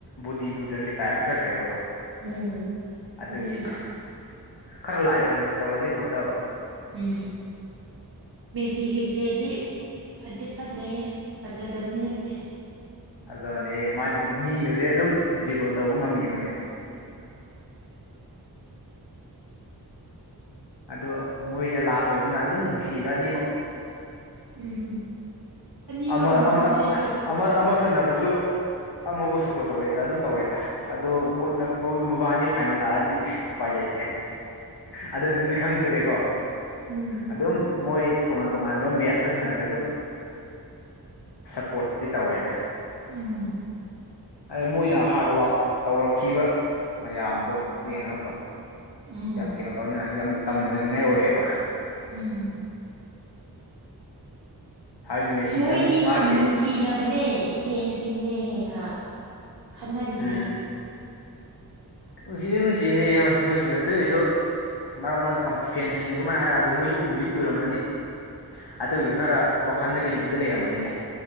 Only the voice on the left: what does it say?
ꯕꯣꯗꯤ ꯕꯤꯜꯗꯔꯒꯤ ꯇꯥꯏꯞꯇ ꯆꯠꯈ꯭ꯔꯦꯕꯀꯣ
ꯑꯗꯨꯒꯤ
ꯈꯔ ꯂꯥꯏꯠ ꯑꯣꯏꯅꯗꯤ ꯇꯧꯔꯗꯤ ꯐꯒꯗꯕ
ꯐꯖꯕꯅꯦ ꯃꯥꯗꯤ ꯃꯤꯒꯁꯦ ꯑꯗꯨꯝ ꯗ꯭ꯔꯤꯕꯜ ꯇꯧꯕ ꯉꯝꯃꯤꯕꯅꯦ ꯑꯗꯣ ꯃꯣꯏꯁꯦ ꯂꯥꯁ ꯑꯣꯏꯔꯕꯅꯤꯅ ꯑꯗꯨꯝ ꯅꯨꯡꯁꯤꯗ ꯑꯅꯤꯃꯛ
ꯑꯃ
ꯑꯃ
ꯑꯃ ꯑꯃ ꯁꯟꯅꯔꯁꯨ ꯑꯃꯕꯨ ꯁꯞꯄꯣꯔꯠ ꯇꯧꯋꯦꯗ ꯑꯗꯨꯝ ꯇꯧꯋꯦꯗ ꯑꯗꯣ ꯃꯕꯥꯅꯤ ꯐꯥꯏꯅꯜ ꯂꯥꯛꯑꯗꯤ ꯎꯄꯥꯏ ꯂꯩ ꯇꯦ ꯑꯗꯨꯗꯗꯤ ꯈꯪꯗ꯭ꯔꯦꯀꯣ
ꯑꯗꯨꯝ ꯃꯣꯏ ꯇꯣꯉꯥꯟ ꯇꯣꯉꯥꯟꯕ ꯃꯦꯠꯁꯇ ꯁꯥꯟꯅꯔꯗꯤ ꯑꯗꯨꯝ ꯁꯞꯄꯣꯔꯠꯇꯤ ꯇꯧꯋꯦꯗ
ꯍꯥꯏ ꯃꯣꯏꯅ ꯍꯥꯔꯠ ꯋꯥꯛ ꯇꯧꯔꯛꯈꯤꯕ ꯃꯌꯥꯝꯗꯨ ꯌꯦꯡꯉꯀꯣ
ꯌꯥꯝ ꯀꯩꯅꯣ ꯇꯧꯅꯤꯉꯥꯏ ꯌꯥꯝ ꯇꯝꯖꯅꯤꯡꯉꯥꯏ ꯑꯣꯏꯌꯦꯕ
ꯍꯥꯏꯕꯗꯤ ꯃꯦꯁꯤꯗꯤ
ꯑꯃꯨꯛ ꯃꯥꯒꯤ
ꯎꯝ ꯅꯨꯡꯁꯤꯗꯤ ꯅꯨꯡꯁꯤꯅꯩ ꯍꯣꯏ ꯃꯣꯏꯁꯨ ꯑꯗꯨꯏꯁꯨ ꯃꯔꯛ ꯃꯔꯛꯇ ꯐꯦꯟꯁꯤꯡ ꯑꯗꯨꯃꯥꯏꯅ ꯍꯥꯏꯔꯛꯑꯗꯤ ꯃꯣꯏꯁꯨ ꯎꯗꯤ ꯎꯔꯝꯃꯅꯤ ꯑꯗꯨꯒꯤꯁꯨ ꯈꯔ ꯋꯥꯈꯟꯗ ꯀꯩꯅꯣꯝꯃꯗ ꯂꯩꯔꯝꯃꯅꯤꯅꯦ